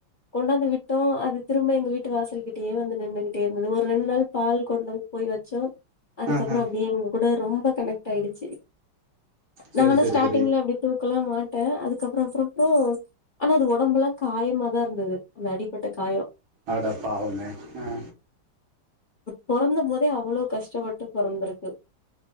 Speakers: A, on the left (about 35°); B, on the right (about 85°).
A: கொண்டாந்து விட்டோம் அது திரும்ப எங்க வீட்டு வாசல்கிட்டயே வந்து நின்னு இருந்தது ஒரு ரெண்டு நாள் பால் கொண்டு போய் வச்சம் அதுக்கப்பறோ
B: ஆ ஆ
A: அப்படியேவு கூட ரொம்ப கனெக்ட் ஆயிடுச்சி
B: சரி
A: நாங்கன்னா
B: சரி
A: ஸ்டார்டிங்ல
B: சரி
A: அப்படி போபோ கல்லா மாட்டே அதுக்கப்பறோ அப்புறோஅப்றோ ஆனா அது உடம்புல்லா காயமாதா இருந்தது அந்த அடிபட்ட காயோ
B: அட பாவமே ஆ
A: பொறந்த போதே அவ்ளோ கஷ்டப்பட்டு பொறந்திருக்கு